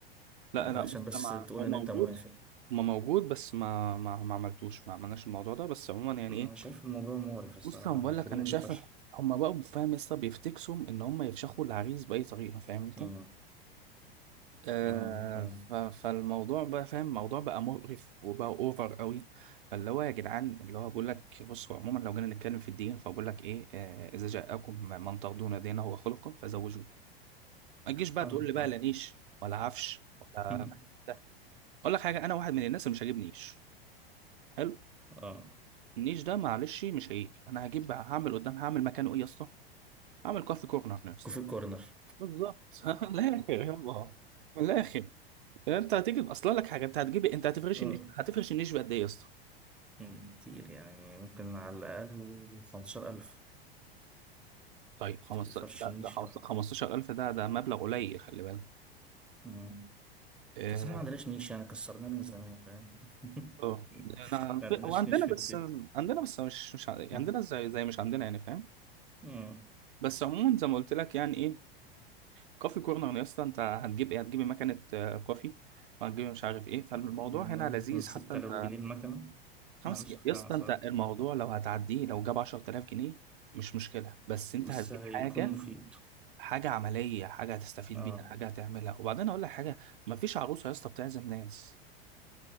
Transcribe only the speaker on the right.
لا
لا
بص
أنا مع...
هو موجود
ما موجود بس ما ما ما عملتوش ما عملناش الموضوع ده بس عموما يعني
ايه
بص لما
بقول لك
انا شايف
<laughs> هما بقى فاهم لسه بيفتكسوا ان هما يفشخوا العريس باي طريقه فاهم انت
آه
ف... فالموضوع بقى فاهم الموضوع بقى مقرف وبقى اوفر قوي فاللي هو يا جدعان اللي هو بقول لك بصوا عموما لو جينا نتكلم في الدين فبقول لك ايه آه اذا جاءكم من ترضون دينه وخلقه فزوجوه ما تجيش بقى
تقول لي بقى
لا نيش ولا عفش ولا
ده اقول لك حاجه انا واحد من الناس اللي مش هجيب نيش حلو
النيش ده معلش مش هيجي انا هجيب هعمل قدام هعمل مكانه ايه يا اسطى هعمل كوفي كورنر
بالظبط <laughs> من الاخر يلا من الاخر انت هتجيب اصلا لك حاجه انت هتجيب انت هتفرش
النيش هتفرش النيش بقد ايه يا اسطى
طيب 15
ده
ده
15000 ده ده مبلغ قليل خلي بالك
اه
آه.
انا
في- هو عندنا
بس
عندنا بس مش مش ع-
عندنا زي زي مش عندنا يعني فاهم
بس عموما زي ما قلت لك يعني ايه كوفي كورنر يا اسطى انت هتجيب ايه هتجيب مكنه آه، كوفي وهتجيب مش عارف ايه فالموضوع
هنا لذيذ
حتى انت
خمس
يا
اسطى
انت الموضوع لو هتعديه لو جاب 10000 جنيه مش مشكله بس انت
هتجيب
حاجه
حاجه عمليه حاجه هتستفيد
بيها حاجه هتعملها وبعدين اقول لك حاجه مفيش عروسه يا اسطى بتعزم ناس